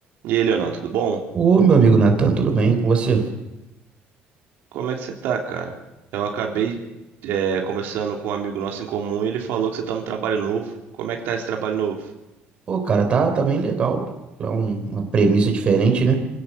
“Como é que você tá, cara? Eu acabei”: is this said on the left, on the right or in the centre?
Right